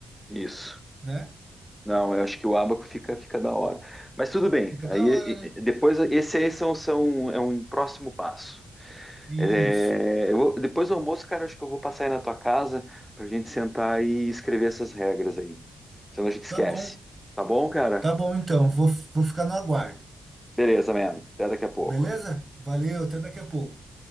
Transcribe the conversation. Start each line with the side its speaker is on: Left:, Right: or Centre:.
Centre: isso.
Right: né?
Centre: Não, eu acho que o Abaco fica, fica da hora. Mas tudo bem.
Right: Fica
Centre: Aí
Right: da hora,
Centre: e-
Right: né?
Centre: e- depois esse aí são, são, é um próximo passo.
Right: Isso.
Centre: É, eu vou- depois do almoço, cara, acho que eu vou passar aí na tua casa pra gente sentar e escrever essas regras aí. Senão a gente esquece.
Right: Tá bom.
Centre: Tá bom, cara?
Right: Tá bom, então. Vou, vou ficar no aguardo.
Centre: Beleza, mano. Até daqui a pouco.
Right: Beleza? Valeu, até daqui a pouco.